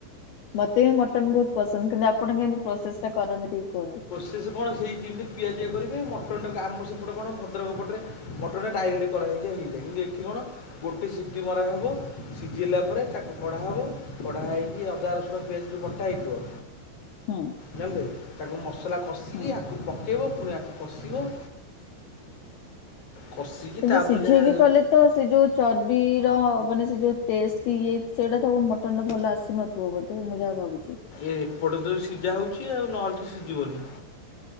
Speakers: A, on the left; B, on the left.
A: ମତେ ବି ମଟନ୍ ବହୁତ ପସନ୍ଦ, କିନ୍ତୁ ଆପଣ କେମିତି ପ୍ରୋସେସ ଟା କରନ୍ତି ଟିକେ କୁହନ୍ତୁ?
B: ସେ କଣ ହେଇ ଯେମିତି ପିଆଜ ଇଏ କରିକି ମଟନଟାକୁ ଆମ ସେପଟେ କଣ ଭଦ୍ରକ ପଟରେ ମଟନ୍ ଟା ଡାଇରେକ୍ଟ କରାଯାଏ <unintelligible> କିନ୍ତୁ ଏଠି କଣ ଗୋଟେ ସିଟି ମରା ହବ ସିଝିଲା ପରେ ତାକୁ କଢ଼ା ହବ କଢା ହେଇକି ଅଦା ରସୁଣ ପିଆଜକୁ ବଟ ବଟା ହେଇଥିବ।
A: ହୁଁ।
B: ଜାଣିଲକି ତାକୁ ମସଲା କଷିକି
A: ହୁଁ।
B: ଆକୁ ପକେଇବ ପୁଣି ଆକୁ କଷିବ। କଷିକି
A: କିନ୍ତୁ
B: ତାପରେ
A: ସିଝେଇକି
B: ଯାହା
A: କଲେ ତ ସେ ଯୋଉ ଚର୍ବିର ମାନେ ସେ ଯେଉଁ ଟେଷ୍ଟ କି ଇଏ ସେଇଟା ତ ଆଉ ମଟନ୍ ରେ ଭଲ ଆସିନଥିବ ବୋଧେ ମୁଁ ଯାହା ଭାବୁଛି
B: ଏପଟ ତ ସିଝା ହେଉଛି ଆଉ ନହେଲେ ତ ସିଝିବନି।